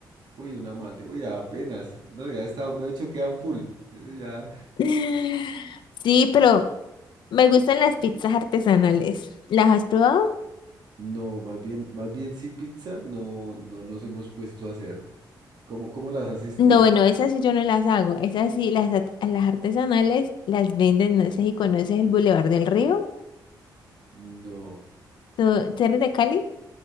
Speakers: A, on the right (about 60°); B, on the left (about 75°).
A: Uy, una malta. Uy, apenas. No, ya está, me he hecho quedan full. Eh, Ya.
B: <laughs> Sí, pero me gustan las pizzas artesanales. ¿Las has probado?
A: No, más bien, más bien sí pizza, no, no nos hemos puesto a hacer. ¿Cómo, cómo las haces
B: No,
A: tú?
B: bueno, esas sí yo no las hago. Esas sí, las, at- las artesanales las venden, no sé si conoces el Boulevard del Río.
A: No,
B: ¿Tú, tú eres de Cali?